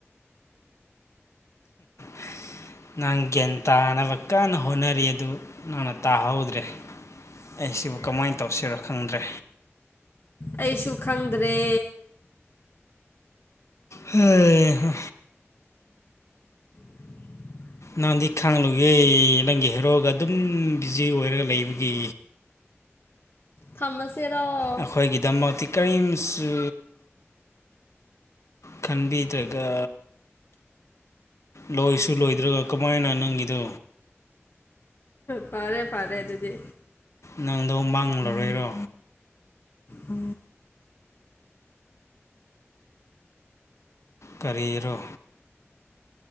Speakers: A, on the left; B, on the left.
A: <inaudible> ꯅꯪ ꯒ꯭ꯌꯥꯟ ꯇꯥꯅꯕ ꯀꯟꯅ ꯍꯣꯠꯅꯔꯤ ꯑꯗꯨ ꯅꯪꯅ ꯇꯥꯍꯧꯗ꯭ꯔꯦ꯫ ꯑꯩꯁꯤꯕꯨ ꯀꯃꯥꯏꯅ ꯇꯧꯁꯤꯔꯣ ꯈꯪꯗ꯭ꯔꯦ꯫
B: ꯑꯩꯁꯨ ꯈꯪꯗ꯭ꯔꯦ꯫
A: ꯍꯩ ꯍꯥ
B: <inaudible>
A: ꯅꯪꯗꯤ ꯈꯥꯡꯂꯨꯒꯦ ꯅꯪꯒꯤ ꯍꯦꯔꯣꯒ ꯑꯗꯨꯝ ꯕꯤꯖꯤ ꯑꯣꯏꯔꯒ ꯂꯩꯕꯒꯤ꯫
B: ꯊꯝꯃꯁꯤꯔꯣ꯫
A: ꯑꯩꯈꯣꯏꯒꯤꯗꯃꯛꯇꯤ ꯀꯔꯤꯝꯁꯨ ꯈꯟꯕꯤꯗ꯭ꯔꯒ ꯂꯣꯏꯁꯨ ꯂꯣꯏꯗ꯭ꯔꯒ ꯀꯃꯥꯏꯅ ꯅꯪꯒꯤꯗꯣ
B: ꯐꯔꯦ ꯐꯥꯔꯦ ꯑꯗꯨꯗꯤ
A: ꯅꯪꯗꯣ ꯃꯥꯡꯂꯔꯣꯏꯔꯣ
B: ꯑ
A: ꯀꯔꯤꯔꯣ